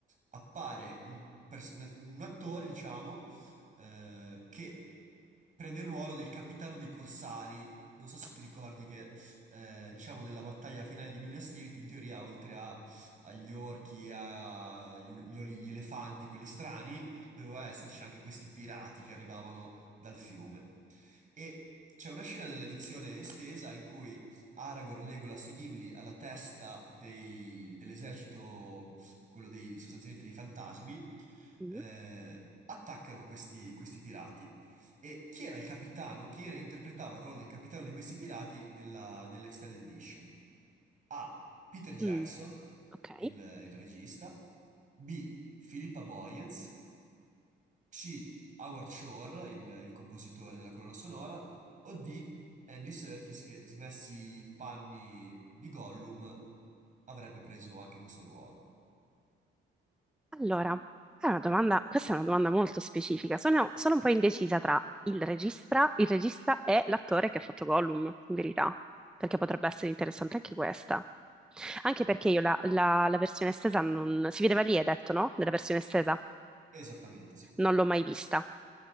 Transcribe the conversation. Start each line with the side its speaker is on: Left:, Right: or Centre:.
Right: appare un, pers- un att- un attore, diciamo, eh, che prende il ruolo del capitano dei corsari. Non so se ti ricordi che eh, diciamo nella battaglia finale di Minas Tirith, in teoria oltre a- agli orchi e agli gli, oli- gli elefanti, quelli strani, doveva esserci anche questi pirati che arrivavano dal fiume. E c'è una scena nell'edizione estesa in cui Aragorn, Legolas e Gimli alla testa dei- dell'esercito, quello dei, sostanzialmente dei fantasmi,
Centre: mm,
Right: eh, attaccano questi questi pirati. E chi era il capitano, chi era, interpretava il ruolo del capitano di questi pirati nella, nell'Extended Edition? A. Peter Jackson,
Centre: mm, ok.
Right: il, il regista. B. Philippa Boyens. C. Howard Shore, il, il compositore della colonna sonora. O D. Andy Serkis, che smessi i panni di Gollum, avrebbe preso anche questo ruolo.
Centre: Allora, è una domanda, questa è una domanda molto specifica. Sono, sono un po' indecisa tra il regista, il regista e l'attore che ha fatto Gollum, in verità, perché potrebbe essere interessante anche questa. Anche perché io la, la- la versione estesa non... Si vedeva lì, hai detto, no? Nella versione estesa.
Right: Esattamente, sì.
Centre: Non l'ho mai vista,